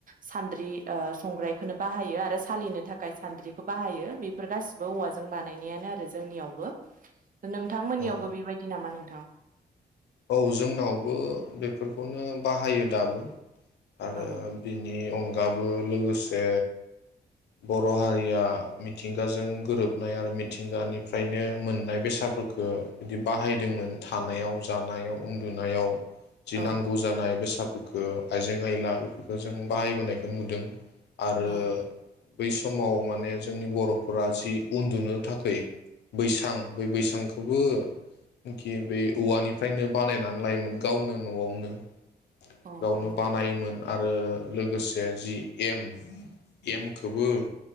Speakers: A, on the right; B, on the left.
A: सान्द्रि ओ संग्रायखोनो बाहायो आरो सालिनो थाखाय सान्द्रिखौ बाहायो बेफोर गासिबो औवाजों बानायनायानो आरो जोंनियावबो। नोंथांमोननियावबो
B: औ
A: बेबायदि नामा नोंथां?
B: औ जोंनावबो बेफोरखौनो बाहायो दाबो। आरो
A: औ
B: बिनि ए अनगाबो लोगोसे बर' हारिया मिथिंगाजों गोरोबनाय आरो मिथिंगानिफ्रायनो मोननाय बेसादफोरखौ बिदि बाहायदोंमोन थानायाव। जानायाव उन्दुनायाव। जि
A: औ
B: नांगौ जानाय बे फोरखौ आइजें आयला बेफोरखौ जों बाहायबोनायखौ नुदों। आरो
A: औ
B: बै समाव माने जोंनि बर'फोरा जि उन्दुनो थाखै, बैसां बै बैसांखौबोखि बै औवानि फ्रायनो बानायनानै लायोमोन गावनो न'आवनो।
A: अ औ
B: गावनो बानायोमोन। आरो लोगोसे जि एम, एमखौबो